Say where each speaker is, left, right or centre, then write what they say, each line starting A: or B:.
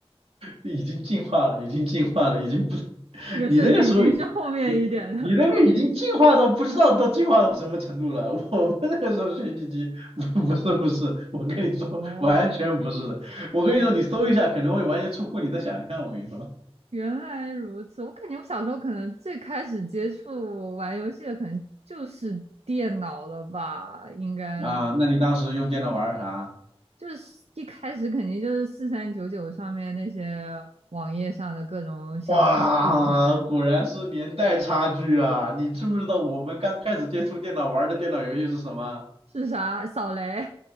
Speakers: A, on the right; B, on the right.
A: 已经进化了，已经进化了，已经不。<laughs>
B: 这个甚至已经是后面一点的。
A: 你那个时候已，你你那个已经进化到不知道都进化到什么程度了。<laughs> 我们那个时候学习机不 <laughs> 不是不是，我跟你说完全不是的。
B: 哦，
A: 我跟你说，你搜一下可能会完全出乎你的想象。我跟你说
B: 原来如此。我感觉我小时候可能最开始接触玩游戏的，可能就是电脑了吧？应该
A: 啊，那你当时用电脑玩儿啥？
B: 就是一开始肯定就是四三九九上面那些网页上的各种小游戏啥的，
A: 哇，果然是年代差距啊！你知不知道我们刚开始接触电脑玩的电脑游戏是什么？<laughs>
B: 是啥扫雷？